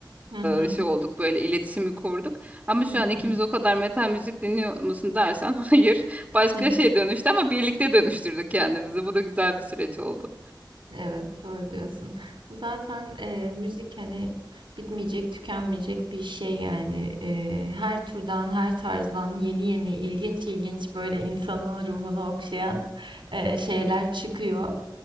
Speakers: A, on the right; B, on the right.
A: Hı hı.
B: e, şey olduk böyle iletişimi kurduk ama şu
A: Hı
B: an ikimiz o kadar metal müzik dinliyor musun dersen <laughs> hayır başka
A: hı.
B: şey dönüştü ama birlikte dönüştürdük kendimizi bu da güzel bir süreç oldu
A: Evet doğru diyorsun. Zaten e, müzik hani bitmeyecek, tükenmeyecek bir şey yani. E, her türden, her tarzdan yeni yeni ilginç ilginç böyle insanın ruhunu okşayan e, şeyler çıkıyor.